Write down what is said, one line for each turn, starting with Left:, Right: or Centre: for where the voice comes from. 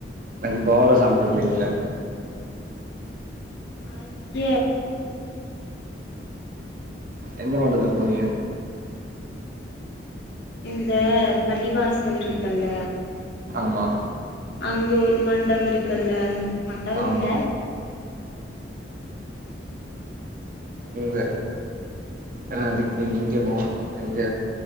Right: கை படாம சாப்பிட்டு இருப்பீங்கல்ல
Left: அய்யே
Right: என்ன மட்றது போனிக
Left: இந்த பள்ளிவாசல் இருக்குல்ல
Right: ஆமா
Left: அங்க ஒரு மண்டபம் இருக்குல்ல மண்டபம்
Right: ஆமா
Left: இல்ல
Right: இங்க ஆ அதுக்கு இங்க போனோ எங்க